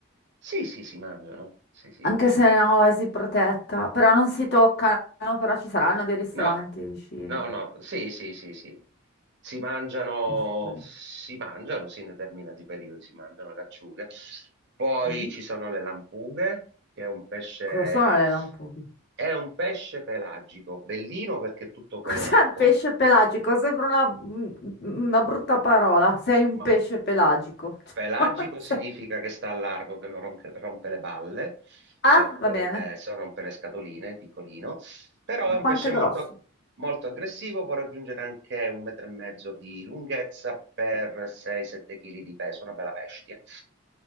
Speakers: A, on the right (about 55°); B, on the left (about 50°).
A: Sì, sì, si mangiano. Sì, sì,
B: Anche se no, è si protetta. Però non si toccano, però ci saranno dei ristoranti
A: No,
B: vicino.
A: no,
B: che-
A: no, sì, sì, sì, sì. Si mangiano,
B: Mm.
A: si mangiano, sì, in determinati periodi si mangiano le acciughe. Poi
B: Mm.
A: ci sono le lampughe, che è un pesce,
B: Cosa sono le lampughe?
A: è un pesce pelagico, bellino perché è tutto
B: <laughs>
A: colorato,
B: Cos'è un pesce pelagico? Sembra una, mm, una brutta parola. Sei un
A: ma
B: pesce pelagico. <laughs>
A: Pelagico
B: Cioè, se-
A: significa che sta a largo, che non ronche- rompe le balle,
B: Ah,
A: ecco
B: va
A: per
B: bene.
A: il teso, rompe le scatoline, piccolino, però è un
B: Quanto
A: pesce
B: è grosso?
A: molto, molto aggressivo, può raggiungere anche un metro e mezzo di lunghezza per 6-7 kg di peso, una bella bestia.